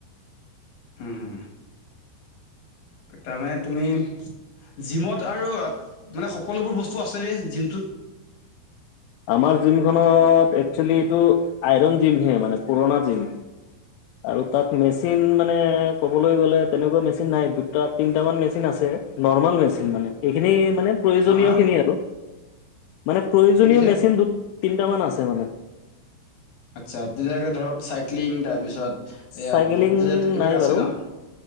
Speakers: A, on the left; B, on the left.
A: হু, হু। তাৰমানে তুমি জিমত আৰু মানে সকলোবোৰ বস্তু আছে যেই জিমটোত।
B: আমাৰ জিমখনত একচুৱেলি এইটো আইৰণ জিমহে মানে পুৰণা জিম। আৰু তাত মেচিন মানে ক'বলৈ গ'লে তেনেকুৱা মেচিন নাই, দুটা তিনটমান মেচিন আছে। নৰ্মেল মেচিন মানে। এইখিনি মানে প্ৰয়োজনীয়খিনি
A: হা, হা
B: আৰু। মানে প্ৰয়োজনীয়
A: কি কৈছা?
B: মেচ তিনটামান আছে মানে।
A: আচ্ছা, তেনেকে ধৰক চাইক্লিং তাৰপিছত এই
B: চাইকেলিং
A: ভক্তিজাত এইবিলাক
B: নাই
A: আছে
B: বাৰু
A: ন'?